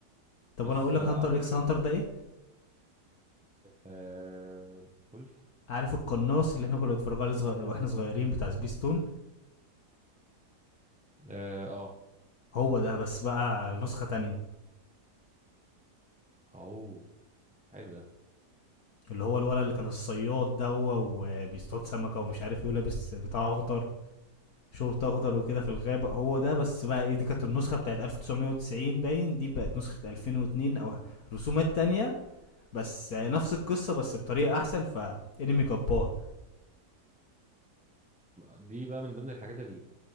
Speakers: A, on the left; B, in the centre.
A: طب
B: بس
A: انا اقول
B: آه،
A: لك هانتر
B: اعتقد
A: اكس هانتر ده ايه
B: آه قول
A: عارف القناص اللي احنا كنا بنتفرج عليه صغ... واحنا صغيرين بتاع سبيستون
B: اه آه.
A: هو ده بس بقى نسخه تانية
B: اوه حلو ده
A: اللي هو الولد اللي كان الصياد دوا وبيصطاد سمكه ومش عارف ايه لابس بتاع اخضر شورت اخضر وكده في الغابه هو ده بس بقى ايه دي كانت النسخه بتاعت 1990 باين دي بقت نسخه 2002 او رسومات تانية بس نفس القصه بس بطريقه احسن فانمي جبار
B: دي بقى من ضمن الحاجات اللي